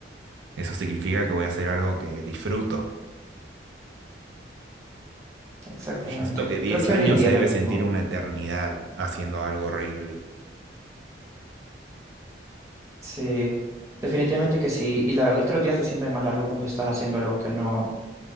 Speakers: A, on the right; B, on the right.
A: eso significa que voy a hacer algo que disfruto.
B: Exactamente.
A: Yo siento que 10
B: Creo que
A: años
B: yo elegiría
A: se debe
B: lo mismo.
A: sentir una eternidad haciendo algo horrible.
B: Sí, definitivamente que sí. Y la verdad es que los días se sienten más largos cuando estás haciendo algo que no...